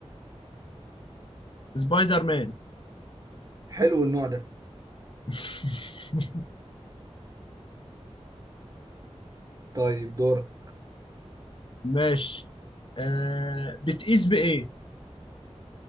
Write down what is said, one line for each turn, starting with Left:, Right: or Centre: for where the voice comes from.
Left: سبايدر مان
Right: حلو النوع ده
Left: <laughs>
Right: طيب دورك
Left: ماشي آه بتقيس بايه